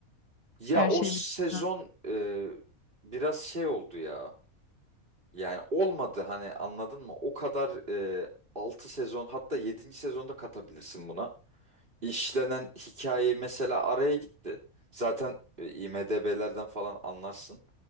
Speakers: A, on the right; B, on the left.
A: ya
B: her
A: o
B: şey
A: sezon
B: bittikten
A: e, biraz şey oldu ya. Yani olmadı hani anladın mı? O kadar e, 6 sezon hatta yedinci sezonda katabilirsin buna. işlenen hikaye mesela araya gitti. Zaten e, IMDb'lerden falan anlarsın.